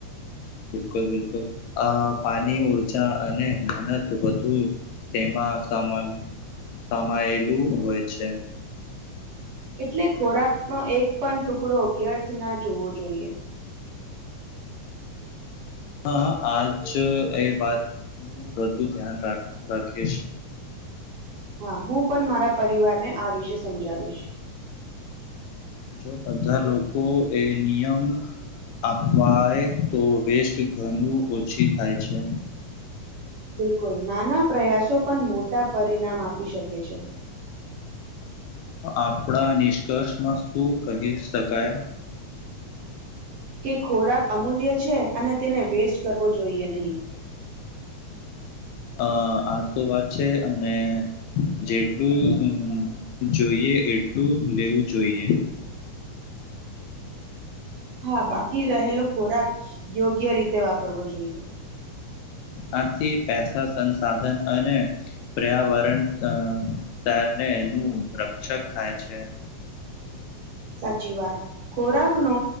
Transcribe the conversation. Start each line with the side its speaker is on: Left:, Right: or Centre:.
Left: બિલકુલ બિલકુલ અ પાણી ઉર્જા અને મહેનત વધુ તેમાં સમાયેલું હોય છે
Right: એટલે ખોરાકનો એક પણ ટુકડો અવ્યર્થ ના જોવો જોઈએ
Left: હા આજ એ વાતનુંું વધુ ધ્યાન રાખીશ
Right: હા હું પણ મારા પરિવારને આ વિશે સમજાવીશ
Left: જો બધા લોકો એ નિયમ અવાય તો વેસ્ટ ઘણું ઓછી થાય છે
Right: બિલકુલ નાના પ્રયાસો પણ મોટા પરિણામ આપી શકે છે
Left: આપણા નિષ્કર્ષમાં શું કહી શકાય
Right: કે ખોરાક અમૂલ્ય છે અને તેને વેસ્ટ કરવો જોઈએ નહીં
Left: હા આ તો વાત છે, અને જેટલું જોઈએ એટલું લેવું જોઈએ.
Right: હા બાકી રહેલો ખોરાક, યોગ્ય રીતે વાપરવો જોઈએ.
Left: આથી પેસા સંસાધન અને, પર્યાવરણને નું રક્ષક થાય છે.
Right: સાચી વાત ખોરાકનો